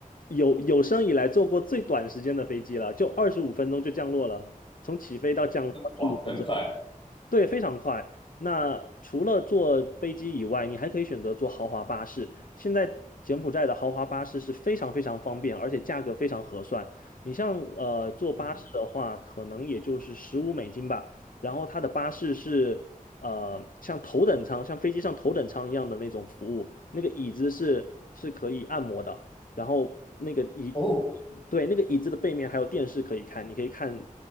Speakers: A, on the left; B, on the left.
A: 有有生以来坐过最短时间的飞机了，就二十五分钟就降落了，从起飞到降落二十五分钟。
B: 哇，很快
A: 对，非常快。那除了坐飞机以外，你还可以选择坐豪华巴士。现在柬埔寨的豪华巴士是非常非常方便，而且价格非常合算。你像呃坐巴士的话，
B: 嗯哼，
A: 可能也就是十五美金吧。然后它的巴士是呃像头等舱，像飞机上头等舱一样的那种服务，那个椅子是是可以按摩的，然后那个椅，
B: 哦！
A: 对，那个椅子的背面还有电视可以看，你可以看